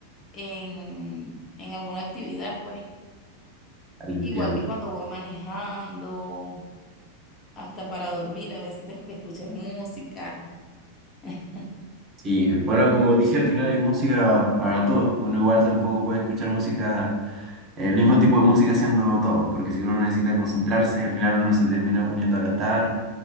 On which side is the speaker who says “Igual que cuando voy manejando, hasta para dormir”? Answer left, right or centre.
Left